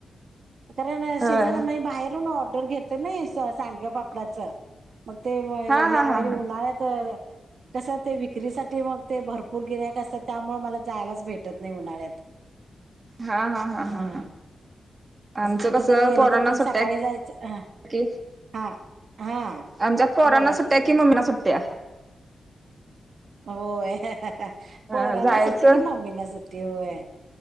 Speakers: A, on the right; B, on the right.
A: कारण
B: होय.
A: शजण म बाहेरून ऑर्डर घेत. नाही सांड्या पापडाचं मग ते ह्यावेळी
B: हा हा हा हा
A: उन्हाळ्यात कसं ते विक्रीसाठी मग ते भरपूर गिरायक असतात. त्यामुळे मला जायलाच भेटत नाही उन्हाळ्यात
B: हा-हा-हा-हा-हा.
A: हा
B: आमचं
A: कुठ
B: कसं
A: तर गेलं
B: पोरांना
A: तर पण
B: सुट्टया
A: सकाळी जायचं ह
B: कि
A: हा हा
B: आमच्यात पोरांना
A: बोला
B: सुट्ट्या
A: की
B: कि मम्मींना सुट्ट्या
A: होय पोरानां
B: अ जायचं
A: सुट्टी की मम्मी ना सुट्टी होय.